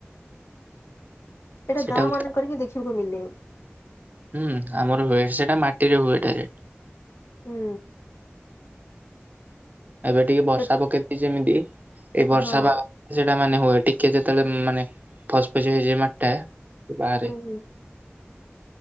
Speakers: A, on the right; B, on the left.
A: <inaudible>
B: ଏଟା
A: ସେଟାକୁ
B: ଗାଁ ମାନଙ୍କରେ ହି ଦେଖିବାକୁ ମିଲେ।
A: ହୁଁ। ଆମର ହୁଏ ସେଇଟା ମାଟିରେ ହୁଏ ଡାଇରେକ୍ଟ।
B: ହୁଁ।
A: ଏବେ ଟିକେ ବର୍ଷା
B: ସେ
A: ପକେଇଚି ଯେମିତି ଏଇ ବର୍ଷା
B: ହଁ
A: ପାଗ ସେଟା ମାନେ ହୁଏ। ଟିକେ ଯେତେବେଳେ ମାନେ ଫସଫସିଆ ହେଇଯାଏ ମାଟି ଟା ସିଏ ବାହାରେ।
B: ଉଁ।